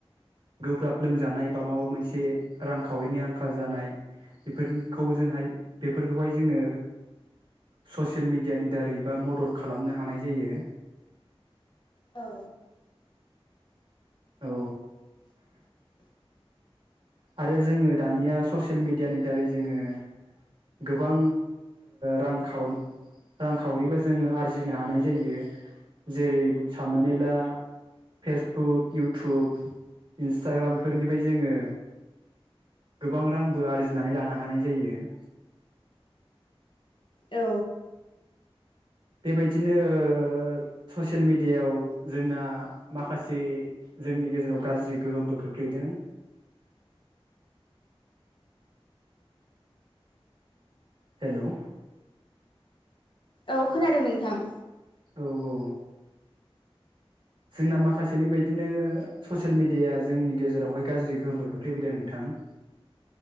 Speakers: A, on the right; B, on the left.
A: गोब्राब लोमजानाय बा माबा मोनसे रांखावरिनि आंखाल जानाय। बेफोरनि खौ जोंहाय बेफोरखौहाय जोङो ससियेल मिडियानि दारैबा मदद खालामनो हानाय जायो।
B: औ
A: औ आरो जोङो दानिया ससियेल मिडियानि दारै जोङो गोबां रां खाव रांखावरिबो जोङो आरजिनो हानाय जायो जेरै साननानै ला फेसबुक इउटुब इन्सटाग्राम बेफोरनिफ्राय जोङो गोबां रांबो आरजिनानै लानो हानाय जायो। <inaudible>
B: औ
A: बेबायदिनो ओ ससियेल मिडियायाव जोंना माखासे जोंनि गेजेराव गाज्रि गोहोमबो खोख्लै दों। हेलौ
B: औ खोनादों नोंथां।
A: औ औ जोंना माखासे बेबायदिनो ससियेल मिडियााया जोंनि गेजेरावहाय गाज्रि गोहोमबो खोख्लैबोदों नोंथां। <inaudible>